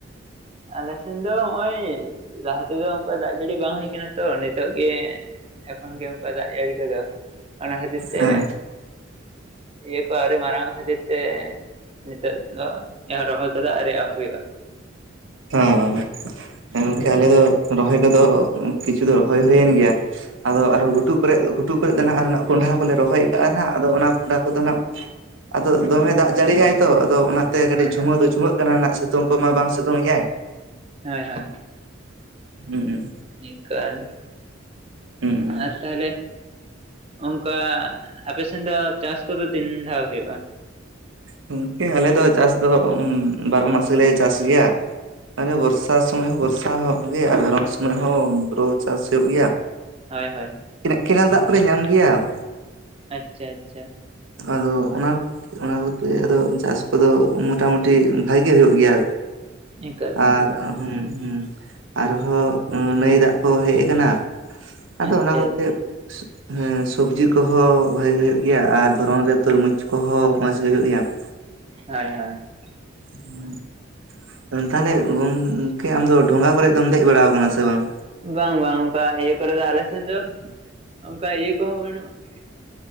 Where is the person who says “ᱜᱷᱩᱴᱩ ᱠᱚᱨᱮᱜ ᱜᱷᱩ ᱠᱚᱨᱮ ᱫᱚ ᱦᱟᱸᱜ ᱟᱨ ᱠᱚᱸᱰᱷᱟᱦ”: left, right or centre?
Right